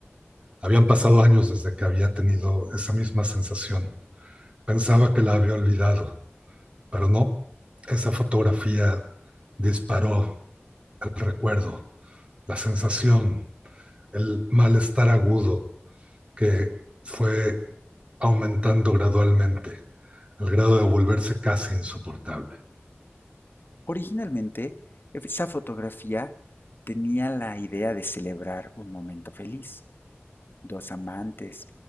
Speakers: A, on the right; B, on the left.
A: Habían pasado años desde que había tenido esa misma sensación. Pensaba que la había olvidado, pero no. Esa fotografía disparó el recuerdo, la sensación, el malestar agudo que fue aumentando gradualmente, al grado de volverse casi insoportable.
B: Originalmente, esa fotografía tenía la idea de celebrar un momento feliz, dos amantes